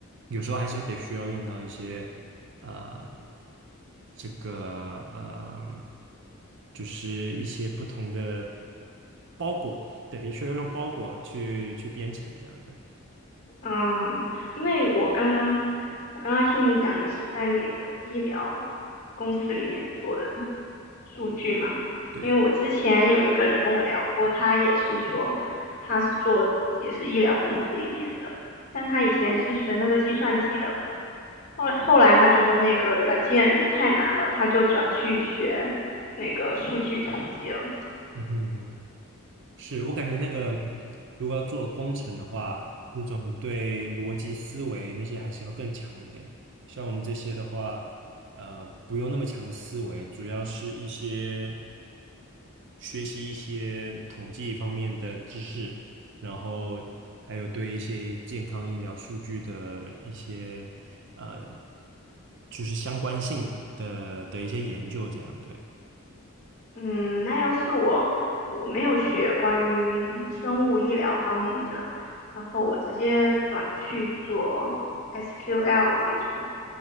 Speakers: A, on the right; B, on the left.
A: 有时候还是得需要用到一些呃这个呃就是一些不同的包裹，对，需要用包裹去去编程这样对。
B: 嗯，因为我刚刚我刚刚听你讲，你是在那个医疗公司里面做的数据嘛？
A: 对，
B: 因为我之前有一个人跟我聊过，他也是说他是做也是医疗公司里面的，但他以前是学那个计算机的，后来后来他觉得那个软件太难了，他就转去学那个数据统计了。
A: 嗯哼。是我感觉那个，如果要做工程的话，那种对逻辑思维那些还是要更强一点。像我们这些的话，呃，不用那么强的思维，主要是一些学习一些统计方面的知识，然后还有对一些健康医疗数据的一些呃，就是相关性的的一些研究，这样对。
B: 嗯，那要是我，我没有学关于生物医疗方面的，然后我直接转去做 SQL 这种，